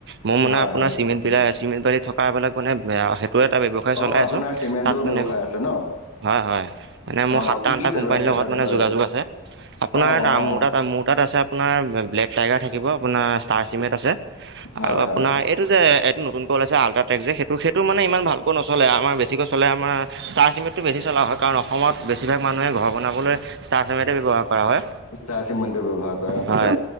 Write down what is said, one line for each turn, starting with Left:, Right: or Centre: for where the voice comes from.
Right: মই মানে
Left: হয়
Right: আপোনাৰ
Left: হয়
Right: চিমিত বিলায় চিমেণ্ট বালি থকা এই বিলাক মানে সেইটো এটা ব্যৱসায়
Left: অঁ
Right: চলাই
Left: আপোনাৰ
Right: আছোঁ
Left: চিমেণ্টৰ
Right: তাত মানে
Left: ব্যৱসায় আছে ন
Right: হয় হয় মানে মোৰ
Left: অঁ
Right: সাতটা
Left: কি
Right: আঠটা
Left: কি
Right: কোম্পানীৰ
Left: ৰাখে
Right: লগত
Left: তাত
Right: মানে
Left: বাৰু
Right: যোগাযোগ আছে আপোনাৰ
Left: অঁ অঁ
Right: মোৰ তাত মোৰ তাত আছে আপোনাৰ ব্লেক টাইগাৰ থাকিব আপোনাৰ ষ্টাৰ চিমেণ্ট আছে
Left: হয়
Right: আৰু আপোনাৰ
Left: হয়
Right: এই এইটো যে এইটো নতুনকে ওলাইছে আল্ট্ৰাটেক যে সেইটো সেইটো মানে ইমান ভালকৈ নচলে আমাৰ বেছিকৈ চলে আমাৰ ষ্টাৰ চিমেন্ট টো বেছি চলা হয় কাৰণ অসমত বেছিভাগ মানুহে ঘৰ বনাবলৈ ষ্টাৰ চিমেণ্ট ব্যৱহাৰ কৰা হয়।
Left: ষ্টাৰ চিমেণ্টটো ব্যৱহাৰ কৰে ন
Right: হয়
Left: তাতে